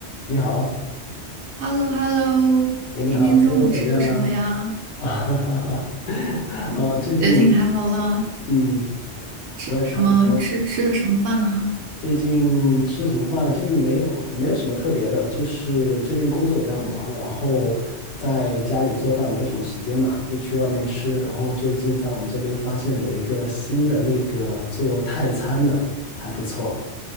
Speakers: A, on the left; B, on the right.
A: 你好，
B: h e l l o h e l l o
A: 哎，你好，
B: 今天中午吃的什么呀？
A: 最近怎么样啦？<laughs> 啊，哈哈哈，
B: 嗯最近还好啦。
A: 哦，最近，嗯，
B: 吃什么？
A: 我也差不多。
B: 吃吃的什么饭呢？
A: 最近吃什么饭啊？最近没有，没有什么特别的，就是最近工作比较忙，然后在家里做饭没有什么时间嘛，就去外面吃。然后最近在我们这边发现了有一个新的那个做泰餐的，还不错。